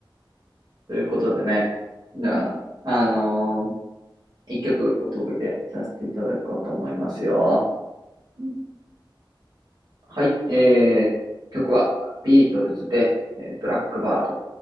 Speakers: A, on the right; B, on the right.
A: ということでね。じゃあ、
B: うう
A: あのー一曲お届けさせていただこうと思いますよ。
B: ん
A: はい。えー、曲はビートルズで、えー、ブラックバード。